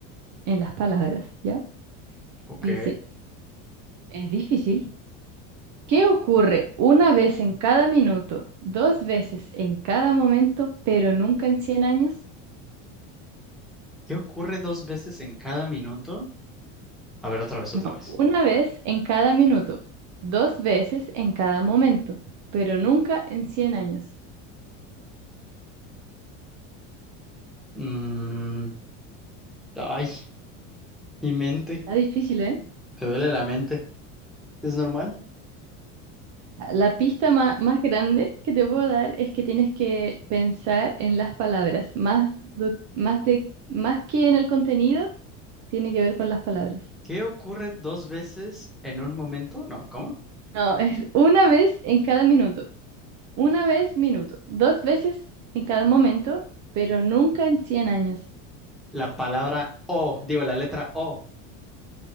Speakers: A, on the right; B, in the centre.
A: en las palabras, ¿ya?
B: Ok.
A: Dice, es difícil. ¿Qué ocurre una vez en cada minuto, dos veces en cada momento, pero nunca en 100 años?
B: ¿Qué ocurre dos veces en cada minuto? A ver, otra vez,
A: No,
B: otra vez.
A: una vez en cada minuto, dos veces en cada momento, pero nunca en 100 años.
B: Mm, ay, mi mente.
A: Está difícil, ¿eh?
B: Me duele la mente. ¿Es normal?
A: La pista ma- más, grande que te puedo dar es que tienes que pensar en las palabras, más, do- más, de, más que en el contenido, tiene que ver con las palabras.
B: ¿Qué ocurre dos veces en un momento? No, ¿cómo?
A: No, es una vez en cada minuto, Una vez minuto, dos veces en cada momento, pero nunca en 100 años.
B: La palabra O, digo, la letra O.